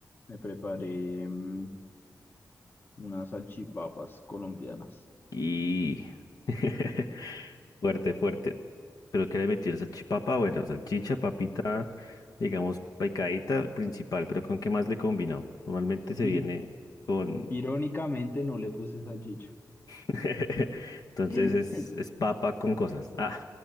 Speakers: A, on the left; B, on the left.
A: Me preparé mm, unas salchipapas colombianas.
B: Y <laughs> fuerte, fuerte. ¿Pero qué le metió? ¿Salchipapa? Bueno, salchicha, papita, digamos, picadita, principal, pero ¿con qué más le combinó? Normalmente se
A: Ir-
B: viene con
A: irónicamente no le puse salchicha.
B: <laughs> Entonces
A: <laughs>
B: es, es papa con cosas. Ah.